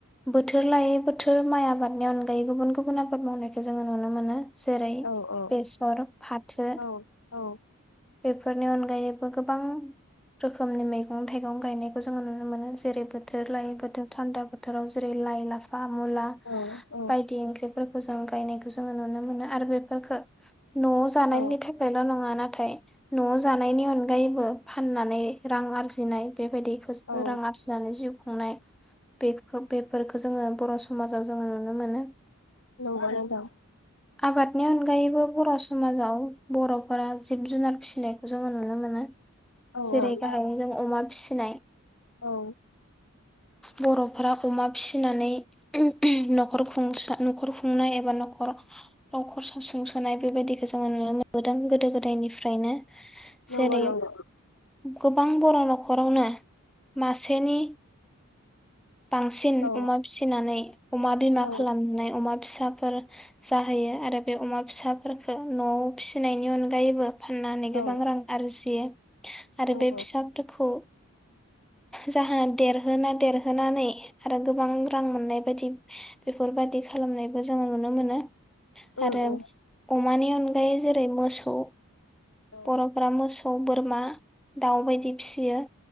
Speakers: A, in the centre; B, on the left.
A: बोथोर लायै बोथोर माइ आबादनि अनगायै गुबुन गुबुन आबाद मावनायखौ जोङो नुनो मोनो। जेरै
B: औ औ
A: बेसर फाथो
B: औ औ
A: बेफोरनि अनगायैबो गोबां रोखोमनि मैगं थाइगं गायनायखौ जोङो नुनो मोनो जेरैबो थोर लायो बोथोर थान्दा बो थोराव जेरै लाइ लाफा बा मुला
B: औ औ
A: बायदि ओंख्रि फोरखौ जों गायनायखौ जोङो नुनो मोनो आरो बेफोरखो नआव जानायनि
B: औ
A: थाखायल नङा नाथाय न'आव जानायनि अनगायैबो फाननानै रां आरजिनाय बेबायदिखौ
B: औ
A: रां आरजिनानै जिउ खुंनाय बे बेफोरखौ जोङो बर समाजाव जोङो नुनो मोनो
B: नंगौ नोंथां
A: आबादनि अनगायैबो बर समाजाव बर फोरा जिब जुनार फिसिनाय जोङो नुनो मोनो
B: औ
A: जेरै
B: औ
A: गाहायै जों अमा फिसिनाय
B: औ
A: बर फोरा अमा फिसिनानै नखर खुंसा नखर खुंनाय एबा नखर नखर सासुं सोनाय बेबायदिखौ जोङो नुनो मोनो गोदान गोदो गोदायनिफ्रायनो
B: नंगौ
A: जेरै
B: नंगौ
A: गोबां बर नखरावनो मासेनि बांसिन
B: औ
A: अमा फिसिनानै अमा बिमा
B: औ
A: खालामनानै अमा फिसा साफोर जाहोयो आरो बे अमा फिसाफोरफोरखौ नआव फिसिनायनि अनगायैबो फाननानै गोबां
B: औ
A: रां आरजियो आरो
B: नंगौ
A: बे फिसाखौ जाहोना देरहोना देरहोनानै आरो गोबां रां मोननाय बायदि बेफोर बेफोरबायाददि खालामनाय जों नुनो मोन
B: उम
A: आरो अम
B: उम
A: बे अनगायै जेरै मोसौ
B: औ
A: बरफ्रा मोसौ सौ बोरमा दाउ बायदि फिसियो